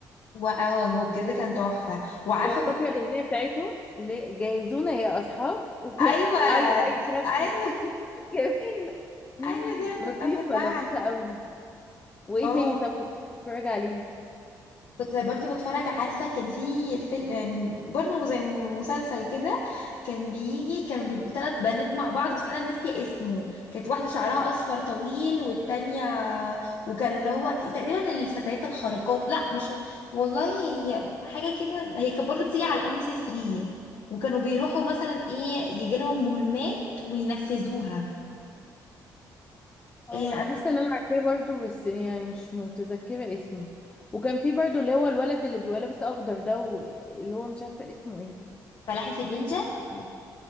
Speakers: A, on the left (about 65°); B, on the left (about 20°).
A: واه هو بجد كان تحفه وعارفه
B: وفاكره
A: كنت
B: الاغنيه بتاعتهم ل- جهزونا يا اصحاب <laughs>
A: ايوه
B: اي اي
A: دي
B: كابتن
A: ايوه
B: <laughs> جميله
A: ايوه زي ما
B: لطيفه
A: كنت افضل بقى
B: لطيفه
A: عليه
B: قوي وايه
A: اه
B: تاني طب كنت بتتفرج عليه
A: كنت برضو بتفرج عارفة كان في فيلم برضو زي مسلسل كده كان بيجي كانوا بيبقوا ثلاث بنات مع بعض بس أنا ناسية اسمه كانت واحدة شعرها أصفر طويل والتانية وكانوا اللي هو تقريبا الفتيات الخارقات لا مش والله هي حاجة كده هي كانت برضو بتيجي على ام بي سي 3 وكانوا بيروحوا مثلا ايه يجي لهم مهمات وينفذوها
B: اه
A: إيه أنا
B: انا حاسه ان انا عارفاه برضو بس يعني مش متذكره اسمه وكان في برضو اللي هو الولد اللي بيبقى لابس اخضر ده و- اللي هو مش عارفه اسمه ايه
A: فلاحف النينجا
B: بنت أو